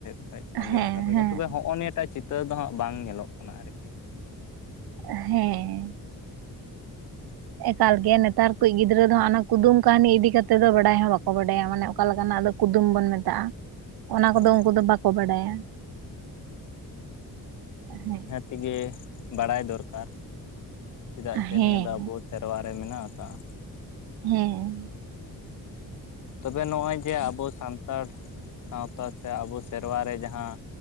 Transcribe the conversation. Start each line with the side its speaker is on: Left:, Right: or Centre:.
Left: ᱴᱷᱮᱱ᱾ ᱟᱸᱡᱚᱢᱮᱫ
Right: ᱦᱮᱸ
Left: ᱠᱟᱱ ᱛᱟᱦᱮᱸ
Right: ᱦᱮᱸ
Left: ᱛᱚᱵᱮ ᱦᱚᱜᱼᱚᱭ ᱱᱤᱭᱟᱹ ᱴᱟᱜ ᱪᱤᱛᱟᱹᱨ ᱫᱚ ᱦᱟᱸᱜ ᱵᱟᱝ ᱧᱮᱞᱚᱜ ᱠᱟᱱᱟ ᱟᱨᱠᱤ᱾
Right: ᱦᱮᱸ
Left: <inaudible>
Right: ᱮᱠᱟᱞ ᱜᱮ ᱱᱮᱛᱟᱨ ᱠᱚ ᱜᱤᱫᱽᱨᱟᱹ ᱫᱚ ᱦᱟᱸᱜ ᱚᱱᱟ ᱠᱩᱫᱩᱢ ᱠᱟᱹᱦᱱᱤ ᱤᱫᱤ ᱠᱟᱛᱮᱫ ᱫᱚ ᱵᱟᱰᱟᱭ ᱦᱚᱸ ᱵᱟᱠᱚ ᱵᱟᱰᱟᱭᱟ ᱢᱟᱱᱮ ᱚᱠᱟ ᱞᱮᱠᱟᱱᱟᱜ ᱫᱚ ᱠᱩᱫᱩᱢ ᱵᱚᱱ ᱢᱮᱛᱟᱜᱼᱟ᱾ ᱚᱱᱟ ᱠᱚᱫᱚ
Left: ᱦᱳᱭ
Right: ᱩᱱᱠᱩ ᱫᱚ ᱵᱟᱠᱚ ᱵᱟᱰᱟᱭᱟ ᱦᱮᱸ᱾
Left: ᱛᱮᱜᱮ ᱵᱟᱲᱟᱭ ᱫᱚᱨᱠᱟᱨ ᱪᱮᱫᱟᱜ ᱡᱮ
Right: ᱦᱮᱸ
Left: ᱱᱤᱭᱟᱹ ᱫᱚ ᱟᱵᱚ ᱥᱮᱨᱣᱟ ᱨᱮ ᱢᱮᱱᱟᱜ ᱟᱠᱟᱜᱟ᱾
Right: ᱦᱮᱸ
Left: ᱛᱚᱵᱮ ᱱᱚᱜᱚᱭ ᱡᱮ ᱟᱵᱚ ᱥᱟᱱᱛᱟᱲ ᱥᱟᱶᱛᱟ ᱥᱮ ᱟᱵᱚ ᱥᱮᱨᱣᱟ ᱨᱮ ᱡᱟᱦᱟᱸ